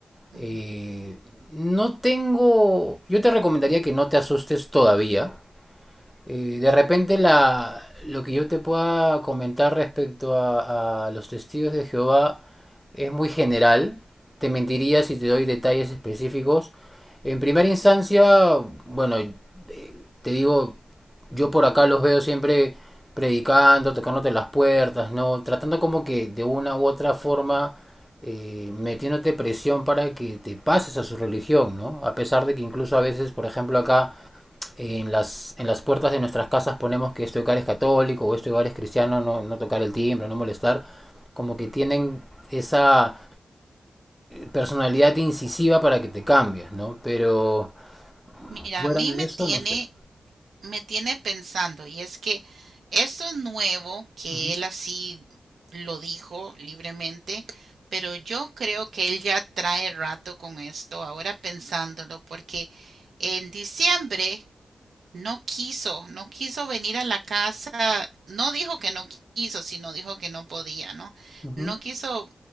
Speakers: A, in the centre; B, on the right (about 80°).
A: eh,
B: ujú.
A: no tengo, yo te recomendaría que no te asustes todavía, Eh, de repente la, lo que yo te pueda comentar respecto a, a los testigos de Jehová es muy general. Te mentiría si te doy detalles específicos. En primera instancia, bueno, eh, te digo, yo por acá los veo siempre predicando, tocándote las puertas, ¿no? Tratando como que de una u otra forma eh, metiéndote presión para que te pases a su religión, ¿no? A pesar de que incluso a veces, por ejemplo, acá en las, en las puertas de nuestras casas ponemos que este hogar es católico o este hogar es cristiano, no, no tocar el timbre, no molestar, como que tienen esa personalidad incisiva para que te cambies, ¿no? Pero
B: Mira,
A: fuera
B: a mí
A: de
B: me
A: eso,
B: tiene,
A: no sé.
B: me tiene pensando, y es que esto es nuevo, que
A: Ujú,
B: él así lo dijo libremente, pero yo creo que él ya trae rato con esto, ahora pensándolo, porque en diciembre No quiso, no quiso venir a la casa, no dijo que no quiso, sino dijo que no podía, ¿no?
A: ujú.
B: No quiso,